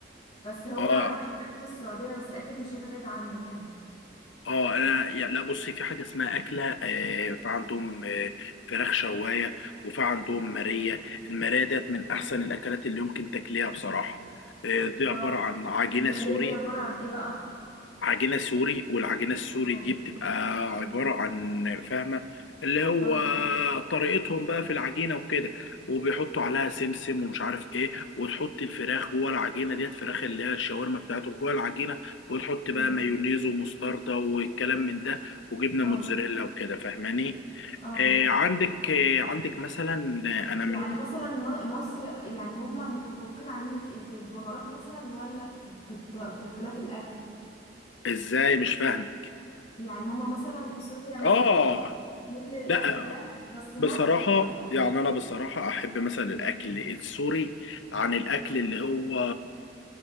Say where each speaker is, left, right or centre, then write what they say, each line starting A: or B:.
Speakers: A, on the left; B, on the left.
A: بس هو
B: اه
A: انا بحب اكل السعوديه بس اكيد مش هيبقى بعيد عنه يعني
B: اه انا يا- لا بصي في حاجه اسمها اكله آه، في عندهم آه، فراخ شوايه وفي عندهم ماريه الماريه ديت من احسن الاكلات اللي يمكن تاكليها بصراحه آه، دي عباره
A: اه
B: عن عجينه
A: الماريه
B: سوري
A: دي عباره عن ايه بقى
B: عجينة سوري والعجينة السوري
A: اه
B: دي بتبقى عبارة
A: أمم.
B: عن فاهمة اللي هو
A: اه
B: طريقتهم بقى في العجينة وكده وبيحطوا عليها سمسم ومش عارف ايه وتحط الفراخ جوه العجينة ديت فراخ اللي هي الشاورما بتاعتهم جوه العجينة وتحط بقى
A: أمم.
B: مايونيز ومستردة والكلام من ده وجبنة
A: اه
B: موتزاريلا وكده فاهماني
A: اه
B: آه عندك آه عندك مثلا آه، انا
A: يعني
B: من
A: مثلا م- مصر يعني هم متفوقين عننا في ايه في البهارات مثلا ولا في في, الت... في اختلاف الاكل
B: ازاي مش فاهمك
A: يعني هم مثلا سوريا مثلا
B: اه
A: كل بتميل للاكل
B: لا
A: ده بس مصر
B: بصراحة
A: يعني
B: يعني أنا بصراحة أحب مثلا الأكل السوري عن الأكل اللي هو